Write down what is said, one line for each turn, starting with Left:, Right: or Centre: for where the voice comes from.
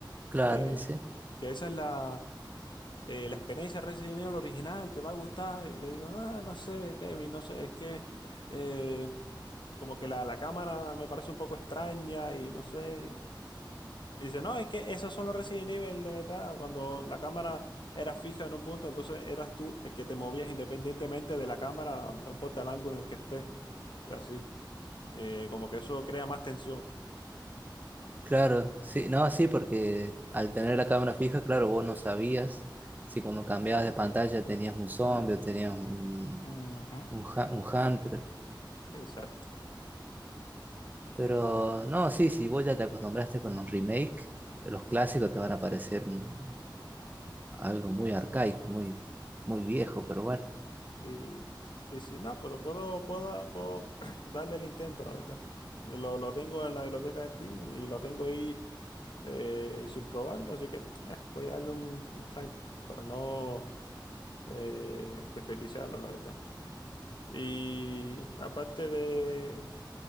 Right: claro,
Left: que,
Right: ese.
Left: que esa es la, eh, la experiencia Resident Evil original, te va a gustar. Y le digo, ah, no sé, Kevin, no sé, es que eh, como que la, la cámara me parece un poco extraña y no sé. Y dice, no, es que esos son los Resident Evil de verdad, cuando la cámara era fija en un punto, entonces eras tú el que te movías independientemente de la cámara, no importa el ángulo en el que estés y así. Eh, como que eso crea más tensión.
Right: Claro, sí, no, sí, porque al tener la cámara fija, claro, vos no sabías si cuando cambiabas de pantalla tenías un zombie
Left: Mm,
Right: o tenías un,
Left: ujú.
Right: un, hu-
Left: Eh,
Right: un hunter.
Left: Exacto.
Right: Pero no, sí, si vos ya te acostumbraste con los remakes, los clásicos te van a parecer un- algo muy arcaico, muy, muy viejo, pero bueno.
Left: Y, sí, sí, no, pero puedo, puedo, da- puedo <clears throat> darle el intento, la verdad. Y Lo, lo tengo en la biblioteca de Steam y lo tengo ahí eh, sin probarlo, así que eh, voy a darle un, un try para no eh, desperdiciarlo, la verdad. Y aparte de,